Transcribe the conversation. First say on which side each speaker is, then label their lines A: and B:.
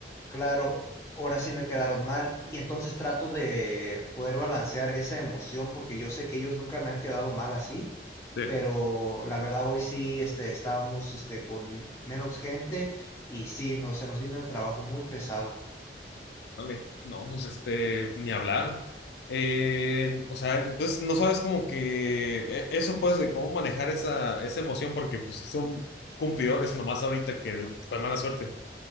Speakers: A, on the left; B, on the left.
A: Claro, ahora sí me quedaron mal y entonces trato de poder balancear esa emoción porque yo sé que ellos nunca me han quedado mal así,
B: sí.
A: pero la verdad hoy sí este estábamos este con menos gente y sí, no, se nos vino el trabajo muy pesado.
B: Vale. No, pues este, ni hablar. Eh, o sea, entonces no sabes como que eh, eso pues de cómo manejar esa, esa emoción porque pues sí son cumplidores nomás ahorita que fue mala suerte.